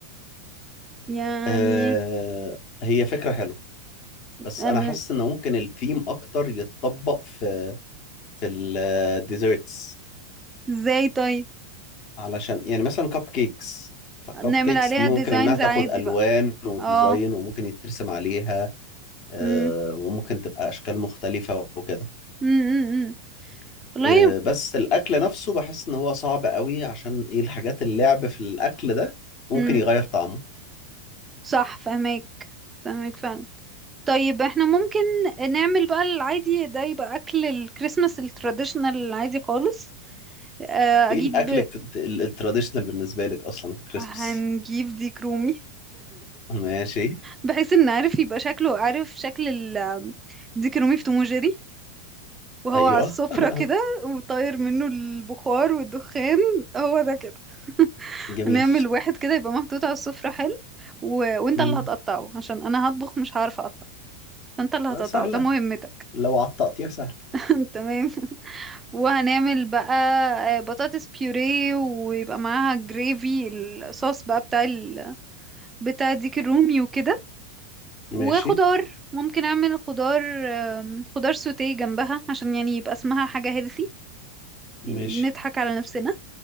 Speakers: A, on the right; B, on the left.
A: يعني
B: آه هي فكرة حلوة بس
A: انا
B: أنا حاسس إن ممكن الثيم أكتر يتطبق في في الديزرتس
A: ازاي طيب
B: علشان يعني مثلا كب كيكس فكب
A: نعمل
B: كيكس
A: عليها
B: دي ممكن
A: ديزاينز
B: انها تاخد
A: عادي
B: الوان
A: بقى
B: وديزاين
A: اه
B: وممكن يترسم عليها آه،
A: امم
B: وممكن تبقى اشكال مختلفة وكده
A: امم والله
B: آه، بس الاكل نفسه بحس ان هو صعب قوي عشان ايه الحاجات اللعب في الاكل ده ممكن
A: امم
B: يغير طعمه
A: صح فهمك فهمك فعلا طيب احنا ممكن نعمل بقى العادي ده يبقى اكل الكريسماس التراديشنال العادي خالص آه، اجيب
B: ايه الاكل الت- ال- التراديشنال بالنسبة لك اصلا في كريسمس
A: هنجيب ديك رومي
B: ماشي
A: بحيث ان عارف يبقى شكله عارف شكل ال- ديك رومي في توم وجيري وهو
B: ايوه
A: على السفرة
B: <laughs>
A: كده وطاير منه البخار والدخان هو ده كده <laughs>
B: جميل
A: نعمل واحد كده يبقى محطوط على السفرة حلو و... وانت
B: مم.
A: اللي هتقطعه عشان انا هطبخ مش هعرف اقطع فانت اللي
B: آه،
A: هتقطعه
B: سهلة
A: ده مهمتك
B: لو على التقطيع سهل
A: <laughs> تمام وهنعمل بقى آه، بطاطس بيوريه ويبقى معاها جريفي الصوص بقى بتاع ال... بتاع ديك الرومي وكده وخضار
B: ماشي
A: ممكن اعمل خضار آم، خضار سوتيه جنبها عشان يعني يبقى اسمها حاجة هيلثي
B: ماشي
A: يعني بنضحك على نفسنا